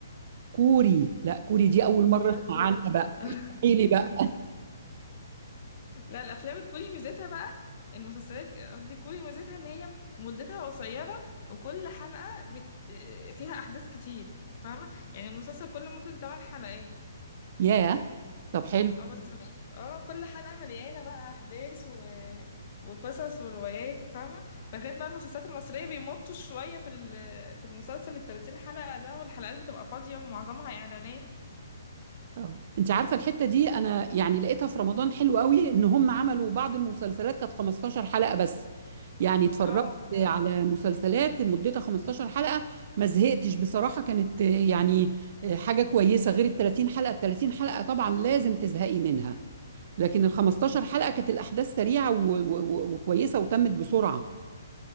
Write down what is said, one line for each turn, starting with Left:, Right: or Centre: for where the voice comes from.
Right: كوري لا كوري دي أول
Left: مسلسلات
Right: مرة أسمع
Left: كوري
Right: عنها بقى
Left: <laughs>
Right: إيه لي بقى
Left: لا الأفلام الكوري ميزتها بقى المسلسلات قصدي كوري ميزتها إن هي مدتها قصيرة وكل حلقة بت... آه، فيها أحداث كتير فاهمة يعني المسلسل كله ممكن 8 حلقات
Right: ياه طب حلو
Left: اه بس اه كل حلقة مليانة بقى أحداث و... وقصص وروايات فاهمة بغير بقى المسلسلات المصرية بيمطوا شوية في ال... في المسلسل التلاتين حلقة ده والحلقات بتبقى فاضية ومعظمها إعلانات
Right: اه انت عارفه الحته دي انا يعني لقيتها في رمضان حلو قوي ان هم عملوا بعض المسلسلات كانت 15 حلقه بس يعني اتفرجت
Left: اه فعلا
Right: على مسلسلات مدتها 15 حلقه ما زهقتش بصراحه كانت آه، يعني آه، حاجه كويسه غير ال 30 حلقه ال 30 حلقه طبعا لازم تزهقي منها لكن ال 15 حلقه كانت الاحداث سريعه و- و- و- وكويسه وتمت بسرعه